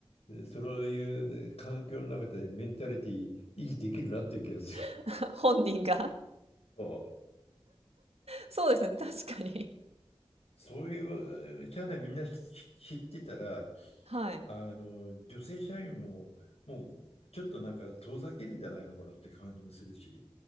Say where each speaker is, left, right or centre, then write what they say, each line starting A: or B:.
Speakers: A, on the left; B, on the right.
A: でそういうね環境の中でメンタリティ維持できるなっていう気がする。
B: <laughs> 本人が。
A: そう
B: そうですね、確かに。
A: そういう社内みんな知ってたら、
B: はい。
A: あの女性社員ももうちょっとなんか遠ざけるんじゃないのかなって感じもするし。